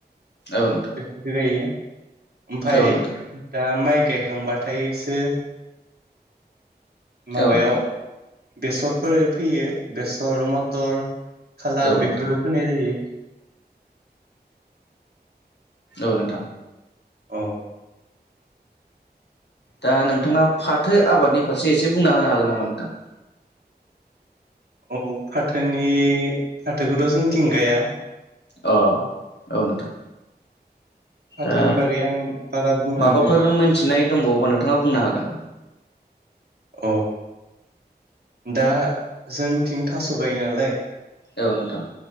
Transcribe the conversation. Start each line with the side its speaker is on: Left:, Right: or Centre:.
Left: औ नोंथां
Right: बेफोरखो गायो। ओमफाय
Left: औ नोंथां
Right: दा माइ गायखांबाथायसो माबायाव
Left: औ नोंथां
Right: बेसरफोर फैयो बेसर मथर खाला
Left: औ
Right: बेफोरखौ
Left: नोंथां
Right: फोनाय जायो।
Left: औ नोंथां।
Right: औ।
Left: दा नोंथाङा फाथो आबादनि फारसे एसे बुंना होनो हागोन नामा नोंथां?
Right: औ फाथोनि फाथोखौथ' जोंथिं गाया।
Left: अ औ नोंथां।
Right: फाथोनि
Left: ओ
Right: बागै आं बारा बुंनो
Left: माबाफोर
Right: हानाय नङा
Left: मोनथिनाय दंबावोबा नोंथाङा बुंनो हागोन?
Right: अ दा जोंनिथिं थास' गायो नालाय।
Left: औ नोंथां